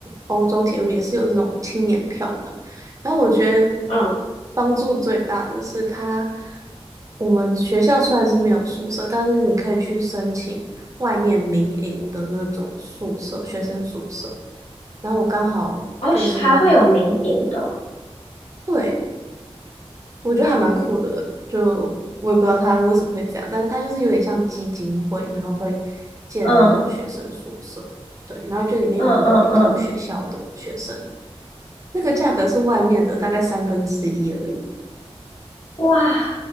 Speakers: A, on the right; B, on the left.
A: 欧洲铁路也是有这种青年票嘛。然后我觉得
B: 嗯，
A: 帮助最大的是它，我们学校虽然是没有宿舍，但是你可以去申请外面民营的那种宿舍，学生宿舍。然后我刚好就是。
B: 哦，是还会有民营的哦
A: 对。我觉得还蛮酷的，就我也不知道他为什么会这样，但是他就是有点像基金会，然后会建那种学生宿舍，
B: 嗯
A: 对，然后就里面有很多不同学校的学生，
B: 嗯嗯嗯，
A: 那个价格是外面的大概三分之一而已，
B: 哇！